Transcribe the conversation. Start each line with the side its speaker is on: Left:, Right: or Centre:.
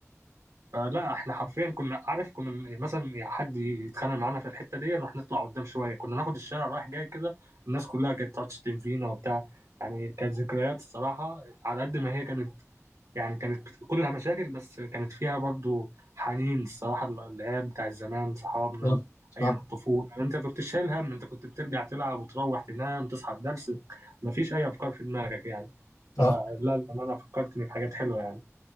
Right: فلا احنا حرفيا كنا عارف كنا مثلا يعني حد يتخانق معانا في الحته دي نروح نطلع قدام شويه كنا ناخد الشارع رايح جاي كده الناس كلها كانت تقعد تشتم فينا وبتاع يعني كانت ذكريات الصراحه على قد ما هي كانت يعني كانت بت- كلها مشاكل بس كانت فيها برضو حنين الصراحه العيال بتاع زمان صحابنا
Left: صح
Right: ايام
Left: صح
Right: الطفوله يعني انت كنت شايل هم انت كنت بترجع تلعب وتروح تنام تصحى الدرس مفيش اي افكار في دماغك يعني
Left: صح
Right: فلا انا فكرتني بحاجات حلوه يعني